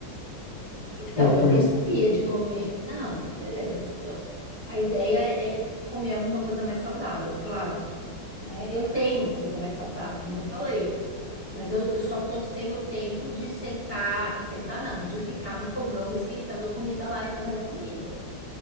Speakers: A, on the left (about 20°); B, on the left (about 80°).
A: Então,
B: Se fosse por
A: eu gostaria
B: isso.
A: de comer. Não, beleza. eu- a ideia é, é comer alguma coisa mais saudável, claro. né? Eu tenho coisa mais saudável, como eu falei, mas eu, eu só tô sem o tempo de sentar, de sentar não, de ficar no fogão esquentando a comida lá e fazendo a comida.